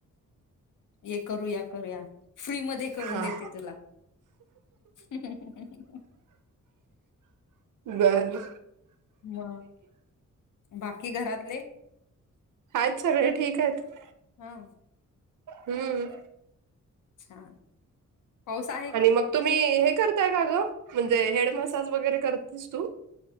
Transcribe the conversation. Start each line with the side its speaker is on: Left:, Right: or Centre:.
Left: ये करूया, करूया फ्री मध्ये करून
Right: हा
Left: देते तुला. ह.
Right: बरं.
Left: म बाकी घरातले?
Right: आहेत सगळे ठीक आहेतं.
Left: हा.
Right: हम्म.
Left: छान, पाऊस आहे का?
Right: आणि मग तुम्ही हे करताय का ग म्हणजे हेड मसाज वगैरे करतेस तू?